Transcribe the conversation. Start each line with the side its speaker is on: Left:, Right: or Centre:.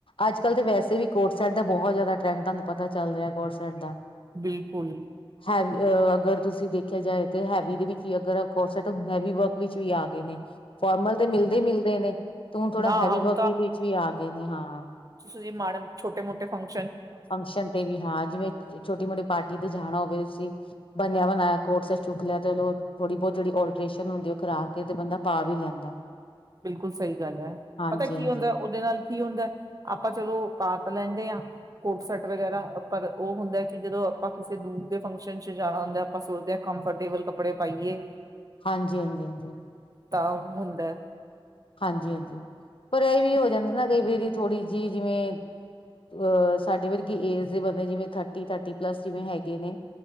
Left: ਅੱਜ ਕੱਲ੍ਹ ਤਾਂ ਵੈਸੇ ਵੀ ਕੋਟਸੈਟ ਦਾ ਬਹੁਤ ਜ਼ਿਆਦਾ ਟਰੈਂਡ ਤੁਹਾਨੂੰ ਪਤਾ ਚੱਲ ਰਿਹਾ ਕੋਟਸੈਟ ਦਾ
Right: ਬਿਲਕੁਲ
Left: ਹੈਵ ਅਗਰ ਤੁਸੀਂ ਦੇਖ ਦੇਖਿਆ ਜਾਏ ਤੇ ਹੈਵੀ ਦੇ ਵਿੱਚ ਵੀ ਅਗਰ ਕੋਰਸਟ ਹੈਵੀ ਵਰਕ ਵਿੱਚ ਵੀ ਆ ਗਏ ਨੇ ਫੋਰਮਲ ਤੇ ਮਿਲਦੇ ਹੀ ਮਿਲਦੇ ਨੇ ਤੇ ਹੁਣ ਥੋੜਾ
Right: ਨਾ
Left: ਹੈਵੀ
Right: ਹੁਣ
Left: ਵਰਕ ਵਿੱਚ ਵੀ ਆ ਗਏ ਨੇ ਹਾਂ
Right: ਤੁ ਮਾੜ ਛੋਟੇ ਮੋਟੇ ਫੰਕ
Left: ਫੰਕਸ਼ਨ ਤੇ ਵੀ ਹਾਂ ਜਿਵੇਂ ਛੋਟੀ ਮੋਟੀ ਪਾਰਟੀ ਤੇ ਜਾਣਾ ਹੋਵੇ ਤੁਸੀਂ ਬਨਿਆ ਬਣਾਇਆ ਕੋਟਸ ਚੁੱਕ ਲਿਆ ਤੇ ਥੋੜੀ ਬਹੁਤ ਜਿਹੜੀ ਅਲਟ੍ਰੇਸ਼ਨ ਹੁੰਦੀ ਉਹ ਕਰਾ ਕੇ ਤੇ ਬੰਦਾ ਪਾ ਵੀ ਲੈਂਦਾ
Right: ਬਿਲਕੁਲ ਸਹੀ ਗੱਲ ਐ,
Left: ਹਾਂਜੀ
Right: ਪਤਾ ਕੀ
Left: ਹਾਂਜੀ,
Right: ਹੁੰਦੈ ਉਹਦੇ ਨਾਲ ਕੀ ਹੁੰਦੈ ਅਪਾਂ ਚਲੋ ਪਾ ਤ ਲੈਂਦੇ ਆ ਕੋਟ ਸੈਟ ਵਗੈਰਾ ਪਰ ਔ ਹੁੰਦੈ ਕਿ ਜਦੋਂ ਅਪਾਂ ਕਿਸੇ ਦੂਰ ਦੇ ਫੰਕਸ਼ਨ ਚ ਜਾਣਾ ਹੁੰਦੈ ਅਪਾਂ ਸੋਚਦੇ ਆਂ ਕੰਫਰਟੇਬਲ ਕੱਪੜੇ ਪਾਈਏ।
Left: ਹਾਂਜੀ ਹਾਂਜੀ ਹਾਂਜੀ।
Right: ਤਾਂ ਔ ਹੁੰਦੈ।
Left: ਹਾਂਜੀ ਹਾਂਜੀ, ਪਰ ਐ ਵੀ ਹੋ ਜਾਂਦੈ ਨਾ ਕਈ ਵਰੀ ਥੋੜ੍ਹੀ ਜੀ ਜਿਵੇਂ, ਅਹ ਸਾਡੇ ਵਰਗੀ ਏਜ ਦੇ ਬੰਦੇ ਜਿਵੇਂ ਥਰਟੀ ਥਰਟੀ ਪਲੱਸ ਜਿਵੇਂ ਹੈਗੇ ਨੇ